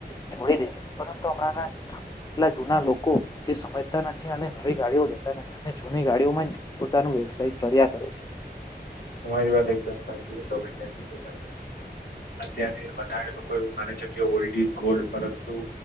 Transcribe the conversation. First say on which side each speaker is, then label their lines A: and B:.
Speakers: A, on the left (about 20°); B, on the left (about 65°).
A: છોડી દેવી જોઈએ. એ તો હમણાંના એટલા જૂના લોકો. તે સમજતા નથી અને નવી ગાડીઓ લેતા નથી અને જૂની ગાડીઓમાં જ પોતાનો વ્યવસાય કર્યા કરે છે.
B: તમારી વાત એકદામ સાચી છે તમે જેમ કીધું તેમ કરશું. અત્યારે બધારે લોકો એવું માને છે કે ઓલ્ડ ઈઝ ગોલ્ડ પરંતુ